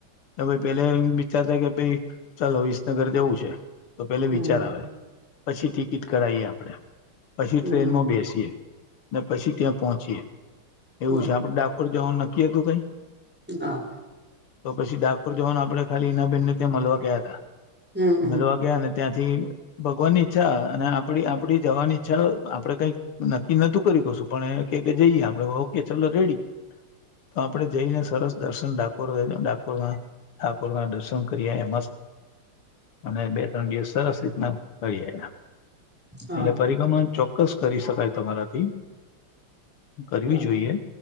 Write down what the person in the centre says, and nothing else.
હમ
હમ
બરાબર
હા.
હમ હમ
હા
બરાબર